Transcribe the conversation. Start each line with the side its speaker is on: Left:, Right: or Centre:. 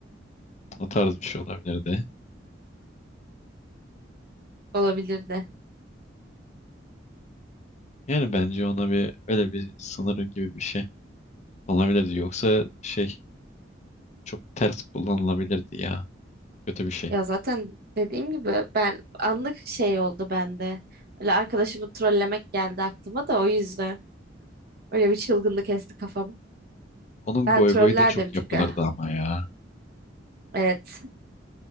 Left: O tarz bir şey olabilirdi.
Right: Olabilir de.
Left: Yani bence ona bir öyle bir sınırı gibi bir şey olabilirdi. Yoksa şey çok ters kullanılabilirdi ya. Kötü bir şey.
Right: Ya zaten dediğim gibi ben anlık şey oldu bende. Öyle arkadaşımı trollemek geldi aklıma da o yüzden. Öyle bir çılgınlık esti kafamı.
Left: Onun
Right: Ben
Left: goy
Right: trollerdim
Left: goyu da çok
Right: çünkü.
Left: yapılırdı ama ya.
Right: Evet.